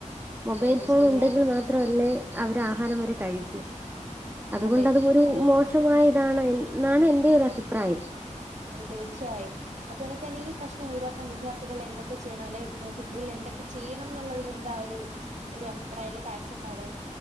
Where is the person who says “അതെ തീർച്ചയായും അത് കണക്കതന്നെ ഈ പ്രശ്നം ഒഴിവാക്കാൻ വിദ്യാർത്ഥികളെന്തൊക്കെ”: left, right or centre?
Right